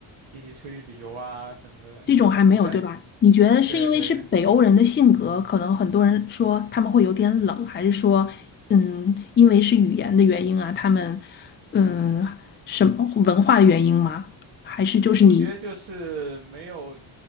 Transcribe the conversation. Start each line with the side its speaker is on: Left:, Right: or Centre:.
Right: 一起出去旅游啊什么的。
Left: 这种还没有，
Right: 你在，
Left: 对吧？你觉得是因为是北欧人的性格，
Right: 对对。
Left: 可能很多人说他们会有点冷，还是说，嗯，因为是语言的原因啊，他们，嗯，什么文化的原因吗？还是就是你，
Right: 我觉得就是没有